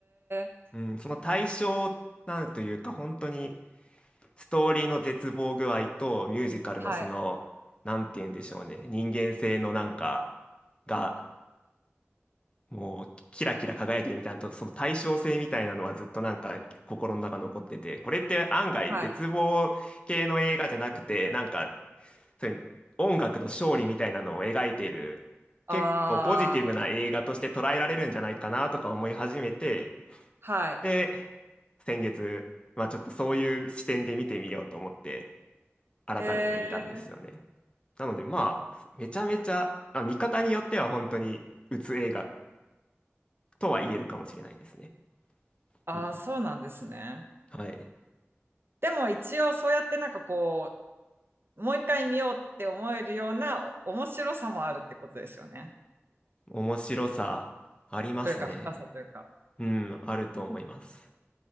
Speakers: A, on the right; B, on the left.
A: ー、
B: うん、その対象なんというか、本当にストーリーの絶望具合とミュージカルのその、
A: はい、
B: なんて言うんでしょうね、人間性のなんかが、もうキラキラ輝いてるみたいなと、その対称性みたいなのはずっとなんか心の中残ってて、これって案外絶望系の映画じゃなくて、
A: はい、
B: なんか、そういう音楽の勝利みたいなのを描いている、
A: ああ、
B: 結構ポジティブな映画として捉えられるんじゃないかなとか思い始めて、
A: はい、
B: で、先月、まあちょっとそういう視点で見てみようと思って、改めて見たんですよね。
A: えー、
B: なので、まあ、めちゃめちゃ、まあ、見方によっては本当に、うつ映画とは言えるかもしれないですね。
A: ああ、
B: うん。
A: そうなんですね。
B: はい。
A: でも一応そうやってなんかこう、もう一回見ようって思えるような面白さもあるってことですよね。
B: 面白さ、ありますね。
A: というか、深さというか。
B: うん、あると思います。